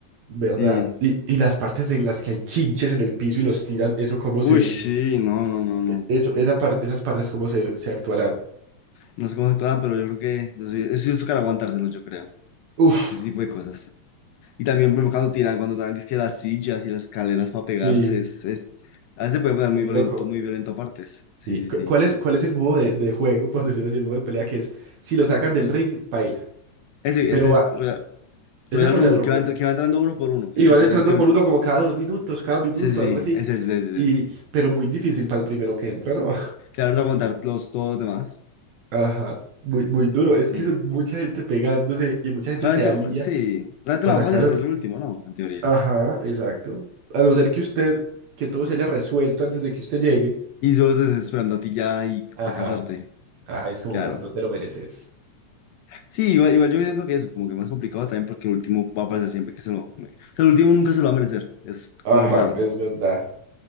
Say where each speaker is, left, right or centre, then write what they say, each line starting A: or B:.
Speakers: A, on the right; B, on the left.
A: verdad.
B: sí.
A: Y, y las partes en las que hay chinches en el piso y los tiran, eso cómo
B: Uy,
A: se,
B: sí, no, no, no, no.
A: eso,
B: No sé,
A: esa par- esas partes cómo se, se actuarán.
B: no sé cómo se actuaban, pero yo creo que eso, sí- eso sí es tocar aguantárselo, yo creo.
A: Uf,
B: Ese tipo de cosas. Y también, por ejemplo, cuando tiran, cuando tiran dizque las sillas y las escaleras para pegarse,
A: sí,
B: es, es, a veces se puede poner
A: muy
B: muy violento,
A: loco.
B: muy violento a partes.
A: Sí,
B: Sí, sí,
A: cu-
B: sí.
A: ¿cuál es, cuál es el modo de, de juego, por decirlo así, el modo de pelea que es, si lo sacan del ring, paila,
B: Ese,
A: pero
B: ese
A: va,
B: es Royal,
A: ese
B: Royal
A: es Royal
B: Rumble,
A: Rumble.
B: que va, entr- que va entrando uno por uno
A: Y
B: y que
A: van
B: al final
A: entrando
B: es el que...
A: por uno como cada dos minutos, cada minuto,
B: Sí, sí, sí,
A: algo así.
B: ese, ese, ese,
A: Y,
B: ese.
A: pero muy difícil para el primero que entra, ¿no?
B: Que ahora les va a contar los, todos los demás.
A: <laughs> Ajá, muy, muy duro.
B: Sí,
A: Es
B: sí.
A: que son mucha gente pegándose y mucha gente
B: Realmente,
A: se alía
B: sí, realmente
A: para
B: lo más
A: sacar
B: fácil es
A: otro.
B: ser el último, ¿no? En teoría.
A: Ajá, exacto. A no ser que usted, que todo se haya resuelto antes de que usted llegue.
B: Y solo estás esperando a ti ya y
A: Ajá,
B: para casarte.
A: ajá, es como,
B: Claro.
A: bueno, no te lo mereces.
B: Sí, igual, igual yo siento que eso, como que más complicado también porque el último va a aparecer siempre que se lo... O sea, el último nunca se lo va a merecer. Es
A: Ajá,
B: lo raro.
A: es verdad.